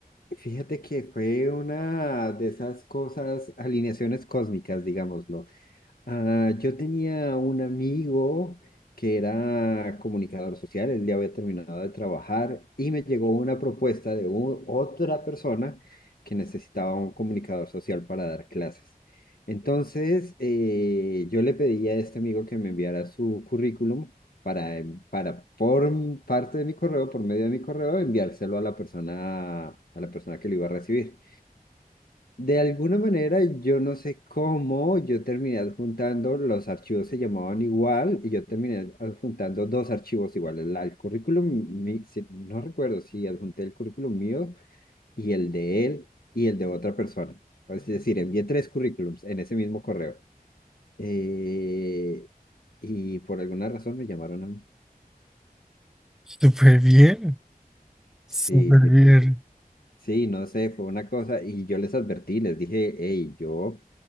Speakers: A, on the left; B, in the centre.
A: Fíjate que fue una de esas cosas, alineaciones cósmicas, digámoslo. Ah, yo tenía un amigo que era comunicador social, él ya había terminado de trabajar y me llegó una propuesta de u- otra persona que necesitaba un comunicador social para dar clases. Entonces, eh, yo le pedí a este amigo que me enviara su currículum para, en- para por m- parte de mi correo, por medio de mi correo, enviárselo a la persona, a la persona que lo iba a recibir. De alguna manera, yo no sé cómo, yo terminé adjuntando, los archivos se llamaban igual y yo terminé adjuntando dos archivos iguales, la- el currículum, mi- si- no recuerdo si adjunté el currículum mío y el de él y el de otra persona. Es decir, envié tres currículums en ese mismo correo. Eh, y por alguna razón me llamaron a mí.
B: Súper bien, súper
A: Sí, sí,
B: bien.
A: sí. Sí, no sé, fue una cosa y yo les advertí, les dije, hey, yo...